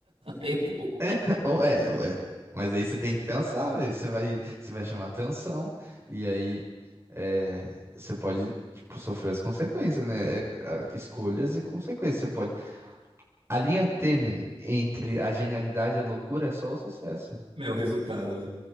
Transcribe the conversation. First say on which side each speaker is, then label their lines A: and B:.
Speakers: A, on the right; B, on the right.
A: vai, <laughs> pô.
B: <laughs> Ou é, ou é. Mas aí você tem que pensar, aí você vai, você vai chamar atenção, e aí é, você pode, tipo, sofrer as consequências, né? É, a- Escolhas e consequências. Você pode. A linha tênue entre a genialidade e a loucura é só o sucesso.
A: É o resultado, né?